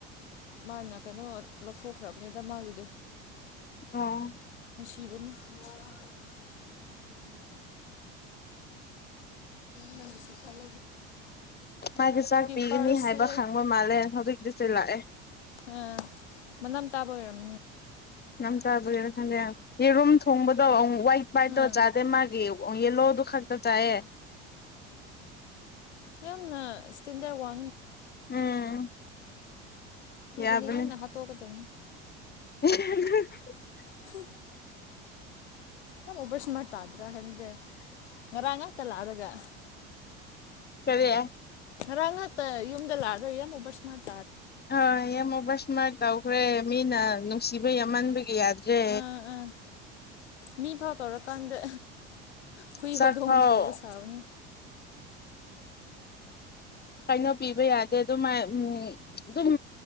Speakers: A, on the left (about 85°); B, on the left (about 30°).
A: ꯃꯥꯅ ꯀꯩꯅꯣ ꯂꯧꯊꯣꯛꯈ꯭ꯔꯕꯅꯤꯗ ꯃꯥꯒꯤꯗꯤ
B: ꯑꯣ
A: ꯕ
B: ꯎꯝ
A: ꯅꯪꯕꯤꯁꯤ ꯐꯜ
B: ꯃꯥꯒꯤ ꯆꯥꯛ ꯄꯤꯒꯅꯤ
A: ꯄꯔꯁꯁꯦ
B: ꯍꯥꯏꯕ ꯈꯪꯕ ꯃꯥꯜꯂꯦ ꯍꯧꯖꯤꯛꯇꯤꯁꯨꯦ ꯂꯥꯛꯑꯦ
A: ꯑ ꯃꯅꯝ ꯇꯥꯕ ꯑꯣꯏꯔꯝ
B: ꯌꯥꯝ ꯆꯥꯗꯣꯏꯒꯤꯦꯅ ꯈꯟꯗꯦ ꯌꯦꯔꯨꯝ ꯊꯣꯡꯕꯗꯣꯨꯛ ꯋꯥꯏꯠ ꯋꯥꯏꯠꯇꯧ
A: ꯑꯥ
B: ꯆꯥꯗꯦ ꯃꯥꯒꯤ ꯌꯦꯜꯂꯣ ꯑꯗꯨꯗꯨ ꯈꯥꯛꯛꯇ ꯆꯥꯌꯦ
A: ꯌꯥꯝꯅꯇꯗ ꯋꯥ
B: ꯎꯝ
A: ꯇꯨ
B: ꯌꯥꯕꯅꯦ
A: ꯀꯗꯤ ꯉ ꯅ ꯍꯥ ꯇꯣ ꯀꯗ
B: <inaudible>
A: ꯍ ꯀꯝ ꯑꯣꯕꯔ ꯁꯨꯃꯥꯏ ꯇꯥꯗ꯭ꯔꯥ ꯍꯥꯏꯟꯗꯦ ꯉꯔꯥꯡ ꯉꯥꯛꯇ ꯂꯥꯛꯑꯔꯒ
B: ꯀꯔꯤ
A: ꯉꯔꯥꯡ ꯉꯥꯛꯇ ꯌꯨꯝꯗ ꯂꯥꯛꯑꯒ ꯌꯦ ꯑꯃꯣꯕꯔ ꯏꯁꯃꯥꯔꯠ
B: ꯍꯣꯏ ꯌꯥꯝꯃꯕ ꯁꯨꯃꯥꯏ ꯇꯧꯈ꯭ꯔꯦ ꯃꯤꯅ ꯅꯨꯡꯁꯤꯕꯩ ꯌꯥꯝꯃꯟꯕꯒꯤ ꯌꯥꯗ꯭ꯔꯦ
A: ꯑꯥ ꯑꯥ ꯃꯤ ꯐꯥꯎ ꯇꯧꯔꯀꯥꯟꯗ ꯍꯨꯏ
B: ꯆꯐꯥꯎ
A: ꯍꯧꯗꯣꯡꯗꯤ ꯇꯧꯕ ꯁꯥꯕꯅꯤ
B: ꯀꯩꯅꯣ ꯄꯤꯕ ꯌꯥꯗꯦ ꯑꯗꯨꯝ ꯑꯗꯨꯝ